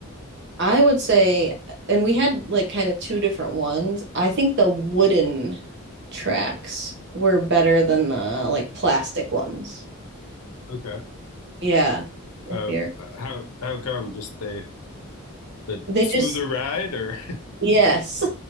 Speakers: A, on the right (about 50°); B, on the left (about 85°).
A: I would say, and we had like kind of two different ones. I think the wooden tracks were better than the like plastic ones.
B: Okay.
A: Yeah. If
B: Uh,
A: you're,
B: how how come? Just the the
A: they
B: smoother
A: just,
B: ride or?
A: yes.